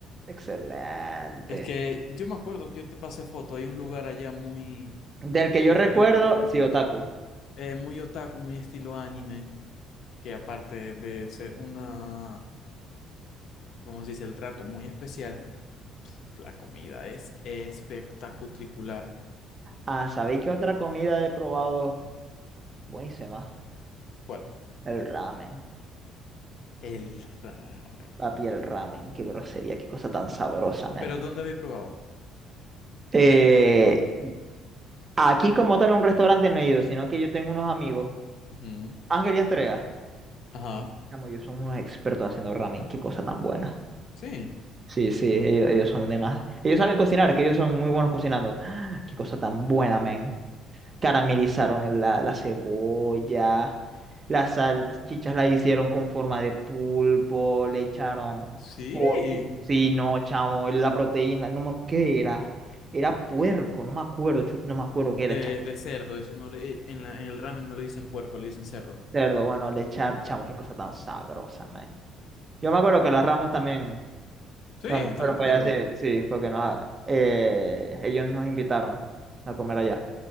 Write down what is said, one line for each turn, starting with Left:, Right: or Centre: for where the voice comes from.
Right: Excelente.
Left: Es que yo me acuerdo que yo te pasé foto. Hay un lugar allá muy,
Right: Del que yo
Left: esti-
Right: recuerdo, sí, otaku.
Left: eh, muy otaku, muy estilo anime. Que aparte de ser una, ¿cómo se dice? El trato muy especial. La comida es espectacular.
Right: Ah, ¿sabéis qué otra comida he probado? Buenísima.
Left: ¿Cuál?
Right: El ramen.
Left: El ramen.
Right: Papi, el ramen. Qué grosería, qué cosa tan sabrosa, man.
Left: ¿Pero dónde habéis probado?
Right: Eh, aquí como tal un restaurante no he ido, sino que yo tengo unos amigos.
Left: Ujú.
Right: Ángel y Estrella.
Left: Ajá.
Right: Chamo, ellos son unos expertos haciendo ramen, qué cosa tan buena.
Left: Sí.
Right: Sí, sí, ellos, ellos son de más. Ellos saben cocinar, que ellos son muy buenos cocinando. <gasps> Qué cosa tan buena, men. Caramelizaron la, la cebolla, las salchichas la hicieron con forma de pulpo, le echaron...
Left: Sí.
Right: po- Sí, no, chamo, la proteína, no me... ¿Qué era? Era puerco, no me acuerdo, chu- no me acuerdo qué
Left: De,
Right: era, chamo.
Left: de cerdo, eso no le, eh, en la- en el ramen no le dicen puerco, le dicen cerdo.
Right: Cerdo, bueno, le echaron, chamo, qué cosa tan sabrosa, men. Yo
Left: Sí,
Right: me acuerdo que las Ramos también...
Left: Sí,
Right: También
Left: también
Right: fueron
Left: comieron.
Right: para allá, sí, sí, porque nos, ah, eh, ellos nos invitaron a comer allá.